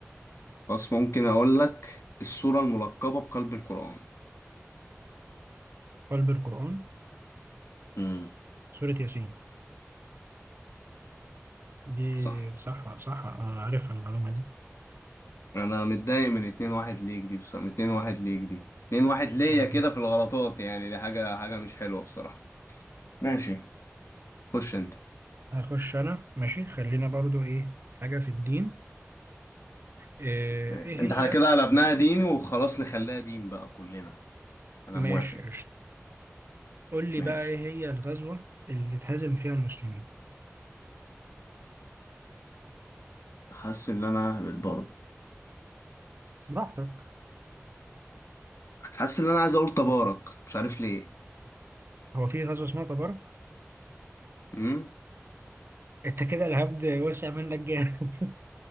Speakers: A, on the left; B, on the right.
A: بس ممكن أقول لك السورة الملقبة بقلب القرآن
B: قلب القرآن
A: امم
B: سورة ياسين دي
A: صح
B: صح صح أنا عارفها المعلومة دي
A: أنا متضايق من اتنين واحد ليك دي بصراحة من اتنين واحد ليك دي اتنين واحد ليا
B: أمم.
A: كده في الغلطات يعني دي حاجة حاجة مش حلوة بصراحة ماشي خش أنت
B: هخش أنا ماشي خلينا برضو إيه حاجة في الدين إيه
A: ماشي
B: إيه
A: أنت
B: هي
A: كده قلبناها ديني وخلاص نخليها دين بقى كلنا أنا
B: ماشي
A: موافق
B: قشطة. قول لي
A: ماشي
B: بقى إيه هي الغزوة اللي اتهزم فيها المسلمين
A: حاسس إن أنا هبت برضه
B: براحتك
A: حاسس ان انا عايز اقول تبارك مش عارف ليه
B: هو في غزوة اسمها تبارك
A: امم
B: أنت كده الهبد وسع منك جامد